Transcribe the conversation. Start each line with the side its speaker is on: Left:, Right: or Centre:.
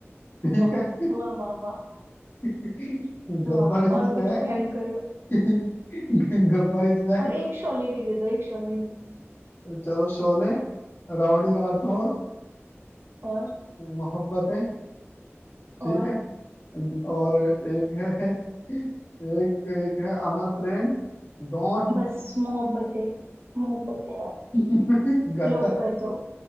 Left: ठीक
Right: वाह
Left: है
Right: वाह वाह वाह
Left: <laughs>
Right: वाह
Left: Gabbar is
Right: और कुछ
Left: back
Right: भयंकर
Left: <laughs> Gabbar is back
Right: और एक शोले भी दे दो एक शोले भी
Left: चलो शोले राउडी राठौर
Right: हम्म, और
Left: मोहब्बतें ठीक
Right: और
Left: है और एक है एक एक है अमर प्रेम डॉन
Right: बस मोहब्बतें मोहब्बतें
Left: <laughs> गला
Right: लो कर दो